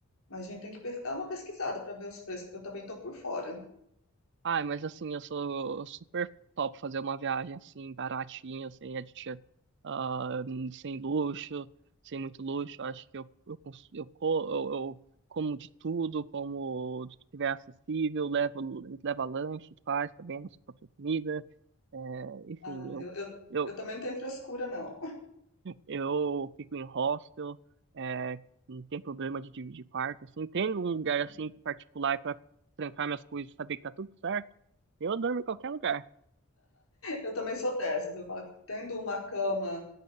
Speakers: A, on the left; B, on the right.
A: Mas a gente tem que pes- dar uma pesquisada para ver os preços, porque eu também tô por fora.
B: Ai, mas assim, eu sou super top fazer uma viagem assim, baratinha, sem aditivo, ah, sem luxo, sem muito luxo. Acho que eu, eu, cons- eu, co- eu, eu como de tudo, como do que tiver acessível, levo, leva lanche, faz também a nossa própria comida. É, enfim,
A: Ah,
B: eu,
A: eu, eu,
B: eu,
A: eu também não tenho frescura, não.
B: eu fico em hostel, é, não tem problema de dividir quarto, assim. Tem um lugar
A: <laughs>
B: assim particular para trancar minhas coisas, e saber que tá tudo certo. Eu durmo em qualquer lugar.
A: Eu também sou dessas. Eu falo que tendo uma cama